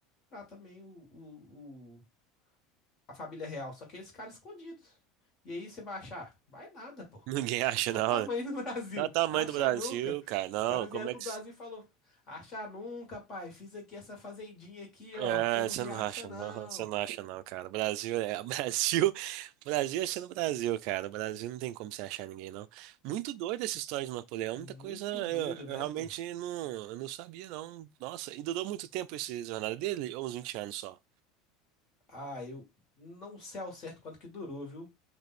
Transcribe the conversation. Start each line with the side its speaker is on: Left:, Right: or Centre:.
Left: também o, o- o- a família real. Só que eles ficaram escondidos. E aí você vai achar? Vai nada, pô.
Right: ninguém <laughs> acha,
Left: Olha
Right: não,
Left: o tamanho
Right: né?
Left: do <laughs> Brasil.
Right: Dá o tamanho
Left: Acha
Right: do Brasil,
Left: nunca.
Right: cara. Não,
Left: Os caras
Right: como
Left: vieram
Right: é
Left: pro
Right: que.
Left: Brasil e falou: Acha nunca, pai. Fiz aqui essa fazendinha aqui,
Right: É,
Left: ó. Você não
Right: você
Left: me
Right: não
Left: acha,
Right: acha
Left: não.
Right: não, você não acha não, cara. Brasil é <laughs> Brasil, Brasil é sendo Brasil, cara. Brasil não tem como você achar ninguém não. Muito doida essa história de Napoleão,
Left: Muito
Right: muita coisa eu,
Left: doido, né,
Right: eu realmente
Left: pô?
Right: não, eu não sabia não. Nossa, e durou muito tempo esse jornada dele, ou uns 20 anos só.
Left: Ah, eu não sei ao certo quanto que durou, viu?